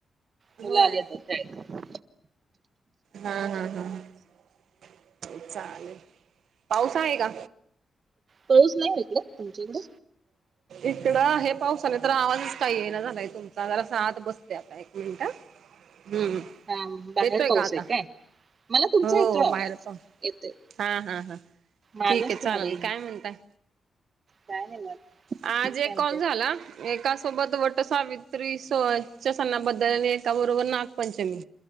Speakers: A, on the right; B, on the right.
A: मुलं
B: होय
A: आली आता शाळेतनं.
B: हा. हा. हा. चालेल, पाऊस आहे का?
A: पाऊस नाही ये इकडं, तुमच्या इकडं.
B: इकडं आहे, पावसानं तर आवाजच काही येना झालायं तुमचा जरासं आत बस ते आता एक मिनिटं हं..
A: हा बाहेर
B: येतोय
A: पाऊस
B: का आता.?
A: आहे काय? मला तुमचा
B: हो
A: येतोय आवाज.
B: बाहेर पाऊस
A: येतोय.
B: हा. हा. हा.
A: माझाच
B: ठीक आहे, चालल
A: तुम्हाला येईना.
B: काय म्हणताय.?
A: काय निवांत.
B: आज
A: तुम्ही
B: एक
A: काय म्हणताय?
B: कॉल झाला. एका सोबत वट सावित्रीच्या सणाबद्दल आणि एका बरोबर नागपंचमी,